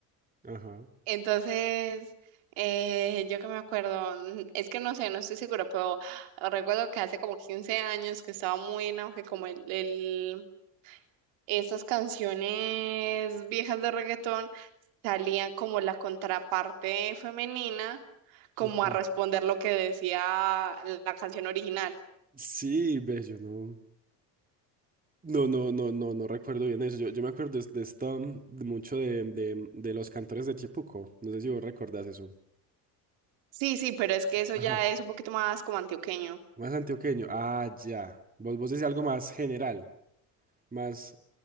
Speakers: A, on the right; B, on the right.
A: Ajá,
B: Entonces, eh, yo que me acuerdo, mm, es que no sé, no estoy segura, pero recuerdo que hace como 15 años que estaba muy en auge como el, el- esas canciones viejas de reggaetón salían como la contraparte femenina, como
A: ok.
B: a responder lo que decía la canción original.
A: Sí, ve yo no. No, no, no, no, no recuerdo bien eso. Yo, yo me acuerdo de, de esta, mm, de mucho de, de, de los cantores de Chipuco. No sé si vos recordás eso.
B: Sí, sí, pero es que
A: Ajá.
B: eso ya es un poquito más como antioqueño.
A: Más antioqueño. Ah, ya. Vos, vos decís algo más general, más...